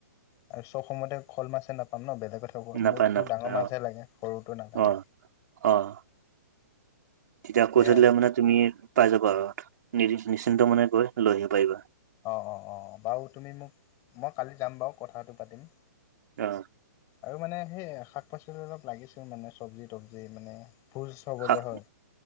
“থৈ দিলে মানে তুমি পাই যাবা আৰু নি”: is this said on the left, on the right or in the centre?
Right